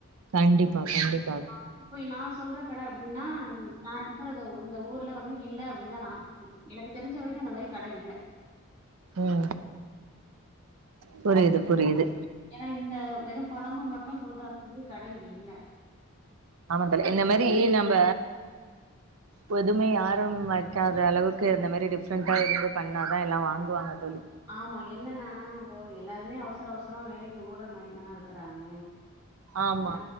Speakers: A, on the right (about 75°); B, on the right (about 15°).
A: கண்டிப்பா கண்டிப்பா
B: ஆ இப்ப நா சொல்ற கட அப்டினா நா இருக் கறத இந்த ஊர்ல வந்து இல்ல அப்டின்னுதா நா நனைக்கிறேன் எனக்கு தெரிஞ்ச வரிக்கும் அந்தமாரி கட இல்ல
A: ம் புரிது புரிது
B: எனா இந்த வெறு கொழம்பு மட்டு குடுக்கறமாரி கட இங்க இல்ல
A: ஆமா தோழி இந்தமாரி நம்ப
B: <inaudible>
A: இப்ப எதுமே யாரு வெக்காத அளவுக்கு இந்தமாரி டிஃப்ரெண்ட்டா எடுத்து பண்ணாதா எல்லா வாங்குவாங்க தோழி
B: ஆமா என்னன்னா இப்போ எல்லாருமே அவசர அவசரமா வேலைக்கு ஓட்றமாரிதான இருக்கறாங்க
A: ஆமா
B: ஆ